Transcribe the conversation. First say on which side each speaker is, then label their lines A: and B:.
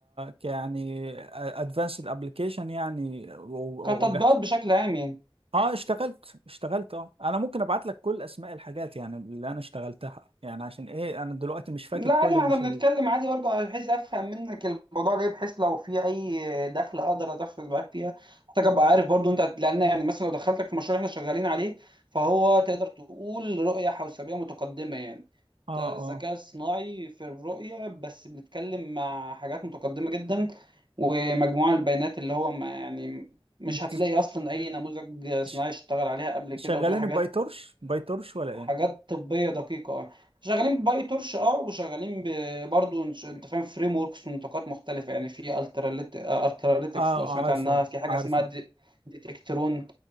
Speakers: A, on the right; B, on the right.
A: ك يعني ادفانسد ابلكيشن يعني و-
B: كتطبيقات
A: وجاهزه
B: بشكل عام يعني
A: اه اشتغلت اشتغلت اه انا ممكن ابعت لك كل اسماء الحاجات يعني اللي انا اشتغلتها يعني عشان ايه انا دلوقتي مش فاكر
B: لا
A: كل
B: عادي
A: المشاريع
B: ما احنا بنتكلم عادي برضه بحيث افهم منك الموضوع ليه بحيث لو في اي دخل اقدر ادخل معاك فيها محتاج ابقى عارف برضه انت لان يعني مثلا لو دخلتك في مشروع احنا شغالين عليه فهو تقدر تقول رؤية حوسبية متقدمة يعني
A: اه
B: ده الذكاء
A: اه
B: الصناعي في الرؤية بس بنتكلم مع حاجات متقدمة جدا ومجموعة البيانات اللي هو ما يعني مش
A: بتز...
B: هتلاقي اصلا اي نموذج صناعي
A: ش...
B: اشتغل عليها قبل كده
A: شغالين
B: وكده حاجات
A: بايتورش بايتورش ولا ايه
B: حاجات طبيه دقيقه اه شغالين باي تورش اه وشغالين ب- برضو انش- انت فاهم فريم وركس ونطاقات مختلفه يعني في التراليت التراليتكس
A: اه آه،
B: لو سمعت
A: عارفه
B: عنها في حاجه
A: عارفه
B: اسمها دي- ديتكترون